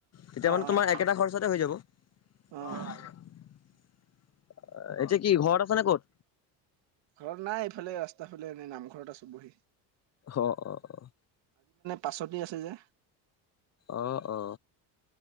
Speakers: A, on the left; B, on the right.
A: তেতিয়া
B: অ
A: মানে
B: অ
A: তোমাৰ একেটা খৰচতে হৈ যাব। <unintelligible>
B: অ
A: এতিয়া কি ঘৰত আছা নে ক'ত?
B: ঘৰত নাই এইফালে ৰাস্তা ফালে এনেই নামঘৰত আছো বহি।
A: অ', অ', অ'।
B: পাছতেই আছে যে
A: অ', অ'।